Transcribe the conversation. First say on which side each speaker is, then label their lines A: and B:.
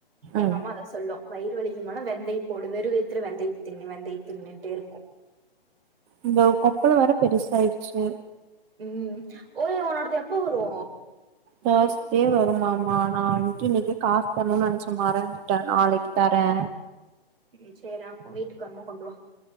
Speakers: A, on the right; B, on the right.
A: எங்க
B: ம்
A: அம்மா அத சொல்லு வயிறு வலிக்கினு போனா வெந்தை போடு வெறுவயுத்துல வெந்தய தின்னு வெந்தைய தின்னுட்டேருக்கு
B: இந்த கொப்பளம் வேற பெருசாயிடுச்சு
A: ம் ஓய் ஒன்னோடது எப்போ வரு
B: தேர்ஸ்டே வருமாமா நா அன்னைக்கி இன்னைக்கே காசு தரணுன்னு நெனைச்சே மறந்துட்டே நாளைக்கி தரே
A: ம் சேரி அப்பருமேட்டு கருமா கொண்டுவா